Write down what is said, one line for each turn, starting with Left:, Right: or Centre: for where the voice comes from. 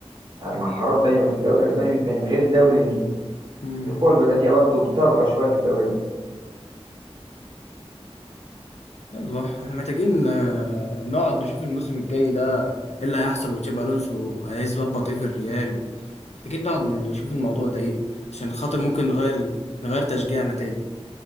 Right: يعني
Left: حقيقة
Right: المهارات دايما في الدوري الاسباني بتبان غير الدوري الانجليزي
Left: مم.
Right: القوة البدنية برضو بتطغى شوية في الدوري الانجليزي
Left: يلا احنا محتاجين آه، نقعد نشوف الموسم الجاي ده ايه اللي هيحصل وتشابي الونسو هيظبط ايه في الريال و... محتاجين نقعد نشوف الموضوع ده ايه عشان خاطر ممكن نغير نغير تشجيعنا تاني